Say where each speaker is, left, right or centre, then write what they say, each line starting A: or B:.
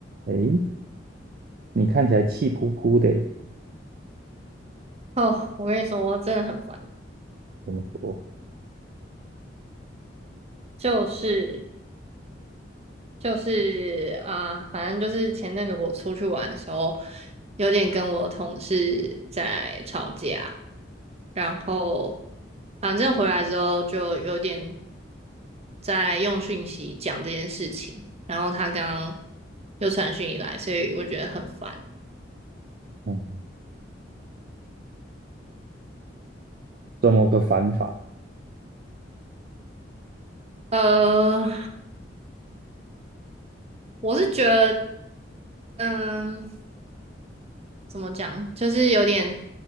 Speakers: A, on the right (about 55°); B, on the right (about 35°).
A: 诶，你看起来气扑扑的欸
B: 哦，我跟你说，真的很烦，
A: 怎么说？
B: 就是就是啊、反正就是前阵子我出去玩的时候，有点跟我同事在吵架，然后反正回来之后就有点在用讯息讲这件事情，然后他刚刚又传讯以来，所以我觉得很烦。
A: 嗯，这么个反法？
B: 呃，我是觉得，嗯。怎么讲，就是有点